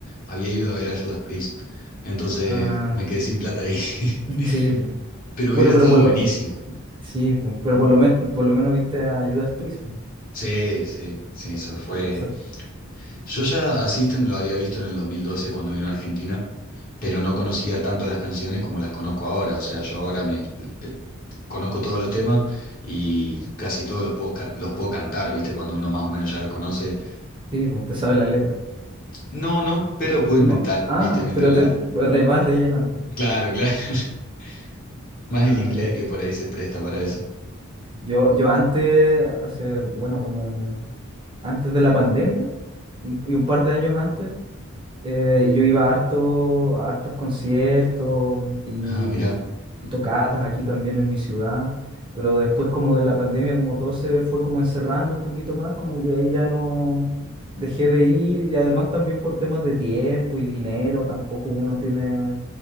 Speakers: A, on the left (about 40°); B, on the right (about 20°).
A: había ido a ver a Judas Priest. Entonces
B: Ah,
A: me quedé sin plata ahí.
B: <laughs>
A: <laughs>
B: sí, po.
A: Pero hubiera
B: Bueno,
A: estado
B: pero por lo,
A: buenísimo.
B: sí, po. Pero por lo, men- por lo menos viste a Judas Priest, po.
A: Sí, sí, sí, eso fue.
B: Eh, Eso,
A: Yo ya a System lo había visto en el 2012 cuando vino a Argentina, pero no conocía tanto las canciones como las conozco ahora. O sea, yo ahora me eh, conozco todos los temas y casi todos los puedo, ca- los puedo cantar, ¿viste? Cuando uno más o menos ya los conoce.
B: sí, po, te sabes las letras.
A: No, no, pero puedo
B: ¿No?
A: inventar,
B: Ah,
A: ¿viste? Mientras
B: pero
A: la.
B: te re- vas rellenando.
A: Claro, claro. <laughs> Más
B: Ah,
A: el inglés
B: ya.
A: que por ahí se presta para eso.
B: Yo, yo antes, hace, bueno, como antes de la pandemia y un, y un par de años antes, Eh, yo iba a harto, a hartos conciertos y,
A: Ah, mirá.
B: y tocatas aquí también en mi ciudad, pero después como de la pandemia, como todo se fue como encerrando un poquito más, como que ahí ya no dejé de ir y además también por temas de tiempo y dinero, tampoco uno tiene